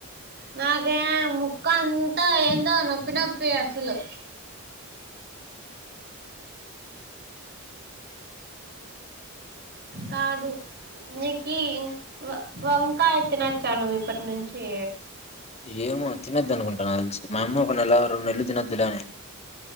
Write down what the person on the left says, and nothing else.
ఏమో తినొద్దు అనుకుంటా నాకు తెలిసి మా అమ్మ ఒక నెల రెండు నెలలు తినొద్దులే అని